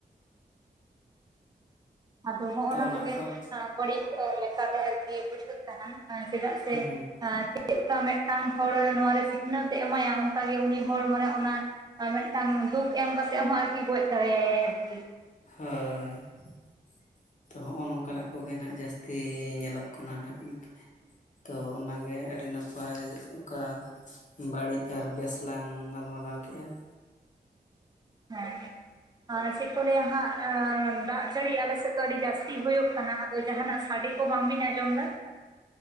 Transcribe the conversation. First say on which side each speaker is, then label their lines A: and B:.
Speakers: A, on the right; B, on the left.
A: ᱟᱫᱚ ᱦᱚᱜᱼᱚᱱᱟ
B: ᱛᱚ ᱚᱱᱟ
A: ᱠᱚᱜᱮ
B: ᱠᱷᱚᱱ
A: ᱵᱟᱹᱲᱤᱡ ᱞᱮᱠᱟ ᱫᱚ ᱟᱨᱠᱤ ᱵᱩᱡᱷᱟᱹᱜ ᱠᱟᱱᱟ ᱾ ᱪᱮᱫᱟᱜ ᱥᱮ
B: ᱦᱩᱸ
A: ᱟᱸ ᱪᱮᱜᱠᱟ ᱢᱮᱜᱴᱟᱝ ᱦᱚᱲ ᱱᱚᱣᱮ ᱨᱮ ᱥᱤᱠᱷᱱᱟᱹᱛ ᱮ ᱮᱢᱟᱭᱟ ᱚᱝᱠᱟᱜᱮ ᱩᱱᱤ ᱦᱚᱲ ᱢᱟᱱᱮ ᱚᱱᱟ ᱟᱨ ᱢᱤᱜᱴᱟᱝ ᱫᱩᱠ ᱮᱢ ᱠᱟᱛᱮᱜ ᱦᱚᱸ ᱟᱨᱠᱤ ᱜᱚᱡ ᱫᱟᱲᱮᱭᱟᱭᱟᱭ ᱟᱨᱠᱤ ᱾
B: ᱦᱮᱸ ᱾ ᱛᱚ ᱦᱚᱸᱜᱼᱚ ᱱᱚᱝᱠᱟᱱᱟᱜ ᱠᱚᱜᱮ ᱱᱟᱦᱟᱜ ᱡᱟᱹᱥᱛᱤ ᱧᱮᱞᱚᱜ ᱠᱟᱱᱟ ᱱᱟᱜ <inaudible> ᱛᱚ ᱚᱱᱟᱜᱮ ᱟᱹᱰᱤ ᱱᱟᱯᱟᱭ ᱚᱠᱟ ᱵᱟᱹᱲᱤᱡ ᱟᱨ ᱵᱮᱥ ᱞᱟᱝ ᱜᱟᱞᱢᱟᱨᱟᱣ ᱠᱮᱜᱼᱟ ᱾
A: ᱦᱮᱸ, ᱟᱨ ᱪᱮᱜ ᱠᱚ ᱞᱟᱹᱭᱟ ᱦᱟᱸᱜ ᱫᱟᱜ ᱡᱟᱹᱲᱤ ᱟᱞᱮ ᱥᱮᱫ ᱫᱚ ᱟᱹᱰᱤ ᱡᱟᱹᱥ ᱛᱤ ᱦᱳᱭᱳᱜ ᱠᱟᱱᱟ ᱟᱫᱚ ᱡᱟᱦᱟᱱᱟᱜ ᱥᱟᱰᱮ ᱠᱚ ᱵᱟᱝᱵᱤᱱ ᱟᱸᱡᱚᱢ ᱮᱫᱟ?